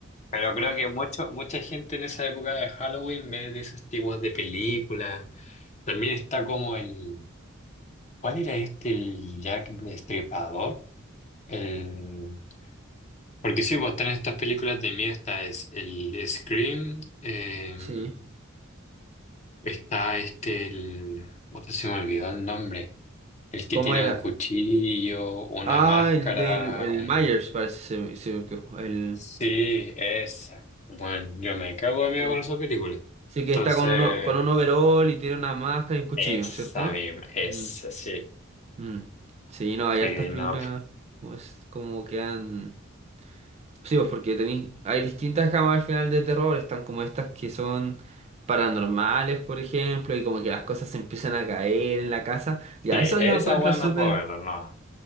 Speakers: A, on the left; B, on the right.
A: Pero creo que mucho, mucha gente en esa época de Halloween ve de esos tipos de películas. También está como el, ¿cuál era este? El Jack Destripador. El, porque sí, pues están estas películas de miedo, esta es el Scream. em,
B: Sí,
A: Está este, el... puta, se me olvidó el nombre. El que
B: ¿cómo
A: tiene
B: era?
A: un cuchillo, una
B: Ah,
A: máscara,
B: el del el
A: un...
B: Myers, parece, se- se me quedó, el...
A: Sí, esa. Bueno, yo me cago de miedo
B: Sí.
A: con esa película.
B: Sí, que
A: Entonces,
B: está con, uno, con un overall y tiene una máscara y un cuchillo,
A: esa
B: ¿cierto?
A: misma, esa
B: Mm,
A: sí.
B: mm. Sí, no, hay
A: Sí,
B: hartas películas
A: no.
B: como, es- como que han... Sí, pues porque tenéis... Hay distintas gamas al final de terror, están como estas que son paranormales, por ejemplo, y como que las cosas se empiezan a caer en la casa. Ya,
A: Sí,
B: eso
A: esa
B: yo encuentro
A: weá
B: súper...
A: no puedo verla, no.